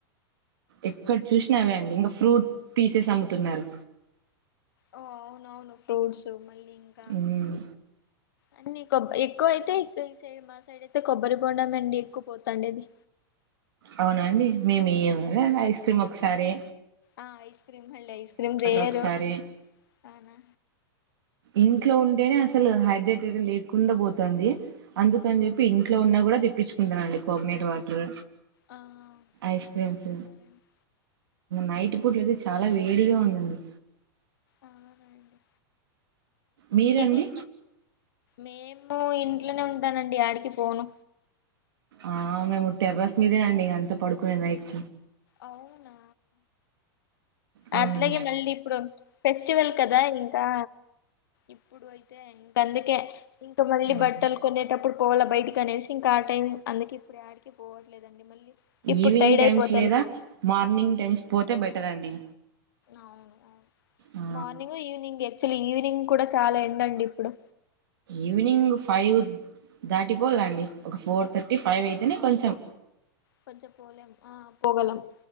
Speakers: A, on the right; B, on the left.
A: ఎక్కడ చూసినా అవే అండి ఇంకా ఫ్రూట్ పీసెస్ అమ్ముతున్నారు.
B: ఓ అవునవును ఫ్రూట్స్ మళ్ళి ఇంగ
A: మ్మ్.
B: అన్ని ఎక్కువ అయితే ఇ సైడ్ మా సైడ్ అయితే కొబ్బరి బొండం అండి ఎక్కువ పోతాండేది
A: అవున అండి మేము ఇ ఐస్ క్రీమ్ సరే
B: ఆ ఐస్ క్రీమ్ హళ్ళీ ఐస్ క్రీమ్ రేరు
A: ఒకసారి
B: అవును
A: ఇంట్లో ఉంటేనే అసలు హైడ్రేటెడ్ లేకుండా పోతుంది అందుకని చెప్పి ఇంట్లో ఉన్న కూడా తెప్పించుకుంటానండి కోకోనట్ వాటర్
B: ఆ
A: ఐస్
B: బెస్ట్
A: క్రీమ్స్
B: లేండి కరెంట్
A: నైట్ అప్పుట్లయితే చాలా వేడిగా ఉందండి
B: ఆ అండి
A: మీరండి
B: ఇది మేము ఇంట్లోనే ఉంటానండి ఆడికి పోను
A: ఆ మేము టెర్రస్ మీదేనండి ఇ అంత పడుకునే నైట్
B: అవునా
A: అవునండి
B: అట్లాగే మళ్ళీ ఇప్పుడు ఫెస్టివల్ కదా ఇంకా ఇప్పుడు అయితే అందుకే ఇంకా మళ్ళీ
A: ఆ
B: బట్టలు కొనేటప్పుడు పోవాల బయటకి అనేసి ఇంకా ఆ టైం అందుక ఇప్పుడు ఆడాకి పోవట్లేదండి మళ్ళీ ఇప్పుడు
A: ఈవినింగ్
B: టైడ్
A: టైమ్స్
B: అయిపోతాం
A: లేదా
B: ఇంకా
A: మార్నింగ్ టైమ్స్ పోతే బయ బెటర్ అండి
B: అవును
A: ఆ
B: మార్నింగ్ ఈవినింగ్ యాక్చువల్ ఈవినింగ్ కూడా చాలా ఎండండి ఇప్పుడు
A: ఈవినింగ్ ఫైవ్ దాటిపోలా అండి ఒక ఫోర్ థర్టీ ఫైవ్ అయితేనే కొంచెం
B: కొంచం పోలేము ఆ పోగలము